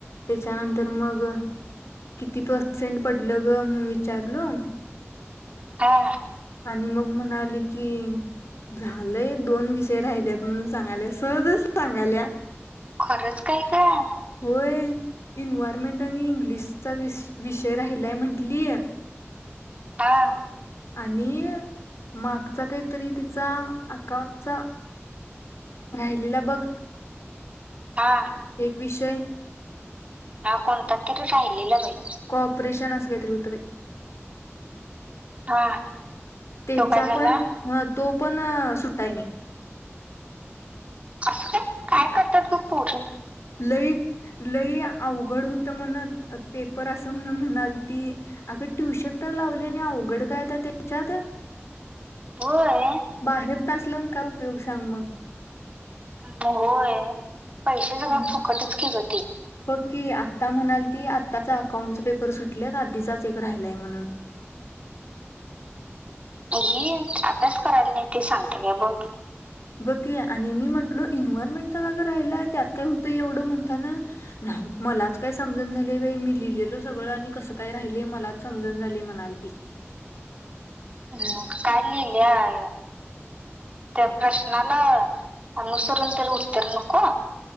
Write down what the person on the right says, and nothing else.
हा
खरंच काय गं.
हा.
हा.
हा कोणता तरी राहिलेला बाई,
हा
तो काय झाला.
असं काय? काय करतात. गं पो
होय
होय. पैसे सगंळ
फुकटच कि गं
ही अभ्यास करायला नाही ते सांगते का बघ.
हम्, काय लिहिलं, त्या प्रश्नाला अनुसरून तरी उत्तर नको?